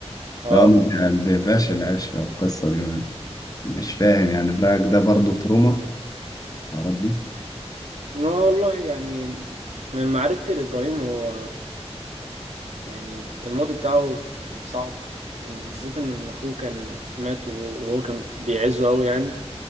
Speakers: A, on the right; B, on the left.
A: اه
B: لو ما بيبيعش العشرة والقصة دي مش فاهم يعني برأيك ده برضه تروما الحوارات دي
A: ما والله يعني من معرفتي لابراهيم هو يعني الماضي بتاعه يعني صعب بالذات ان إن اخوه كان مات وهو وهو كان بيعزه قوي يعني